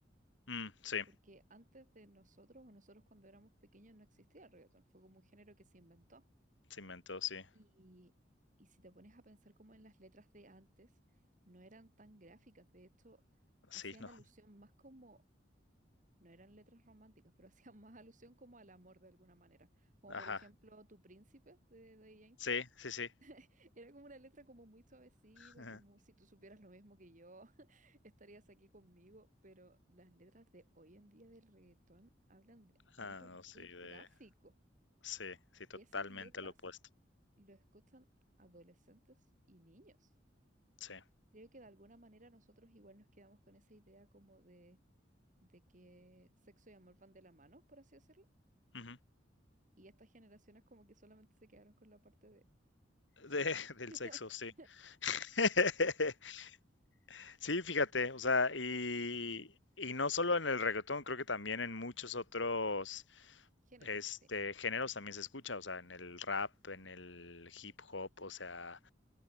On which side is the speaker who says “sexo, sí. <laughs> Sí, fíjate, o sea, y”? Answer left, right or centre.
Left